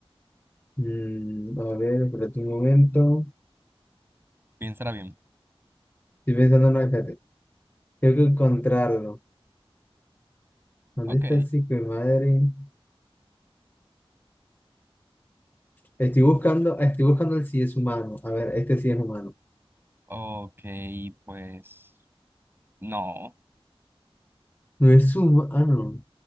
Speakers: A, on the left; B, on the right.
A: Mm, a ver, espérate un momento.
B: piénsala bien.
A: Estoy pensando, no, espérate. Tengo que encontrarlo. ¿Dónde
B: Ok,
A: está el hijo de madre? Estoy buscando, ah, estoy buscando el si es humano. A ver, este sí es humano.
B: ok, pues... No,
A: No es humano.